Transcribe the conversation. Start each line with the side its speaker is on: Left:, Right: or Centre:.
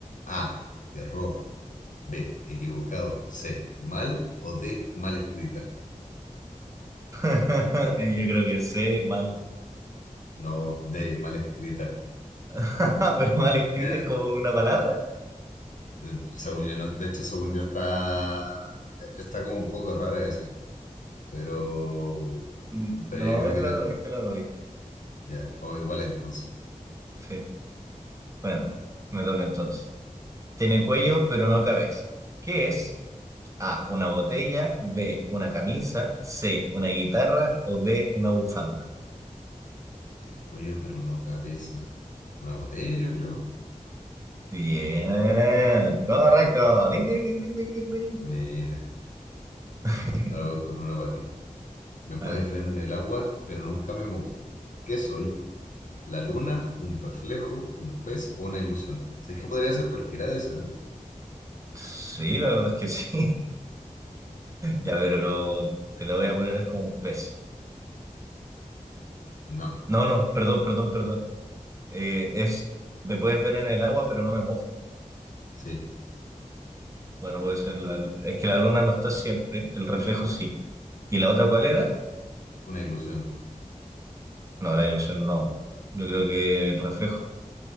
Left: A. Error. B. Equivocado. C. Mal. O D. Mal escrita.
Right: <laughs> Yo creo que sé mal.
Left: No, D. Mal escrita.
Right: <laughs> Pero mal escrita
Left: Miren,
Right: es como una palabra.
Left: eh, según yo, ¿no? De hecho, según yo está, está como un poco rara esa. Pero,
Right: Mm,
Left: pero yo
Right: No,
Left: creo que
Right: te
Left: te-
Right: la doy, te la doy.
Left: ya, vamos igual entonces.
Right: Sí. Bueno, me toca entonces. Tiene cuello, pero no cabeza. ¿Qué es? A, una botella, B, una camisa, C, una guitarra o D, una bufanda.
Left: Tiene cuello, pero no cabeza. Una botella, yo creo.
Right: Bien, correcto.
Left: Y-
Right: Ding, ding, ding, ding, ding, ding, ding.
Left: Mira,
Right: <laughs>
Left: ahora voy con una para ti. Me puedes
Right: A ver,
Left: ver en el agua, pero nunca me mojo. ¿Qué soy? ¿La luna? ¿Un reflejo? ¿Un pez o una ilusión? ¿Sabes que podría ser cualquiera de esas? eh?
Right: sí, la verdad es que sí. <laughs> Ya, pero te lo voy a poner como un pez.
Left: No,
Right: No, no, perdón, perdón, perdón. Eh, es, me puedes ver en el agua, pero no me mojo.
Left: sí,
Right: Bueno, puede ser, la- es que la luna no está siempre, el reflejo sí. ¿Y la otra cuál era?
Left: una ilusión.
Right: No, la ilusión no. Yo creo que el reflejo.